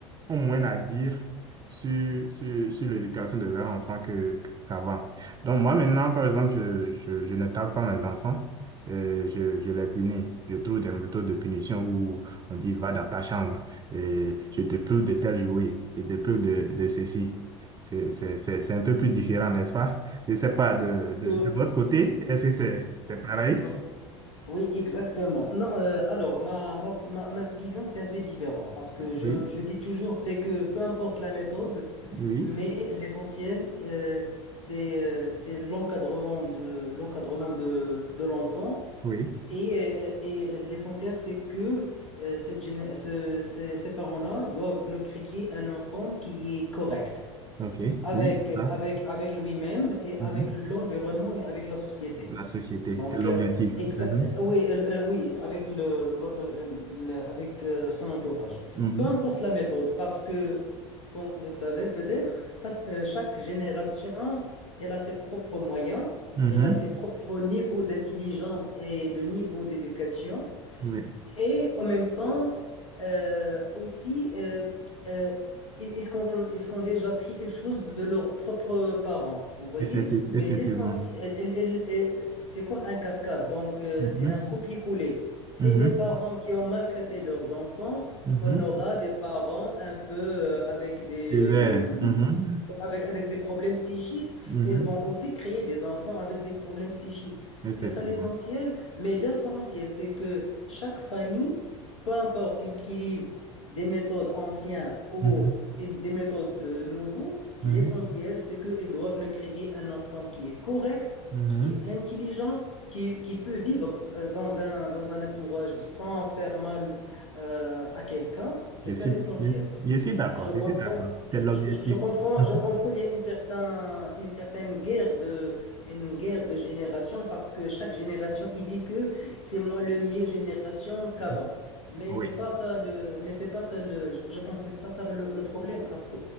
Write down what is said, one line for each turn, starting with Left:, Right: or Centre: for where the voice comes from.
Right: ont moins à dire sur, sur, sur l'éducation de leur enfant que, qu'avant. Donc, moi maintenant, par exemple, je, je, je ne tape pas mes enfants. euh, je, je les punis. Je trouve des méthodes de punition où on dit va dans ta chambre et je te prive de tel jouet, je te prive de, de ceci. C'est, c'est, c'est c'est un peu plus différent, n'est-ce pas? Je ne sais pas, de,
Left: Parce
Right: de,
Left: que
Right: de votre côté, est-ce que c'est, c'est
Left: Oh,
Right: pareil?
Left: oh, oh. Oui, exactement. Non, euh, alors, ma, ma, ma, ma vision, c'est un peu différent parce que je,
Right: Oui,
Left: je dis toujours, c'est que peu importe la méthode,
Right: oui,
Left: mais l'essentiel, euh, c'est, euh, c'est l'encadrement de, l'encadrement de, de l'enfant
Right: oui.
Left: et, euh, et l'essentiel, c'est que euh, cette, géné- ce- ces, ces parents-là doivent nous créer un enfant qui est correct
Right: OK,
Left: avec,
Right: oui, c'est ça.
Left: avec, avec lui-même et
Right: Mhm.
Left: avec l'environnement et avec la société.
Right: La société,
Left: Donc,
Right: c'est l'objectif.
Left: euh, exa-
Right: Mhm,
Left: euh, oui, elle- euh, oui, avec le, le- euh, le- avec euh, son entourage.
Right: mhm,
Left: Peu importe la méthode, parce que, comme vous savez peut-être, chaque, euh, chaque génération, elle a ses propres moyens,
Right: mhm.
Left: elle a ses propres niveaux d'intelligence et le niveau d'éducation.
Right: Oui,
Left: Et en même temps, euh, aussi, euh, euh, est-ce qu'on est-ce qu'on a déjà appris quelque chose de leurs propres parents, vous voyez?
Right: effecti-
Left: Mais
Right: effectivement.
Left: l'essentiel, elle- elle- elle- elle- c'est comme un cascade, donc euh,
Right: Mhm,
Left: c'est un copier-coller. C'est
Right: mhm,
Left: des parents qui ont maltraité leurs enfants,
Right: mhm.
Left: on aura des parents un peu euh, avec des,
Right: C'est vrai.
Left: euh,
Right: Mhm,
Left: avec, avec des problèmes psychiques,
Right: mhm.
Left: elles vont aussi créer des enfants avec des problèmes psychiques.
Right: Effectivement.
Left: C'est ça l'essentiel, mais l'essentiel, c'est que chaque famille, peu importe, ils utilisent des méthodes anciennes ou
Right: Mhm,
Left: une- des méthodes de nouveau,
Right: mhm,
Left: l'essentiel, c'est qu'ils doivent ne créer un enfant qui est correct,
Right: mhm.
Left: qui est intelligent, qui, qui peut vivre euh, dans un, dans un entourage sans faire mal euh, à quelqu'un. C'est
Right: Je
Left: ça
Right: suis,
Left: l'essentiel.
Right: je, je suis d'accord,
Left: Je comprends,
Right: je suis d'accord. C'est
Left: je,
Right: l'objectif.
Left: je- je comprends,
Right: Mhm,
Left: je comprends, il y a une certaine, une certaine guerre de, une guerre de génération parce que chaque génération, il dit que c'est moi le mieux génération qu'avant.
Right: mhm.
Left: Mais
Right: Oui.
Left: c'est pas ça le, mais c'est pas ça le, je je pense que c'est pas ça le, le problème parce que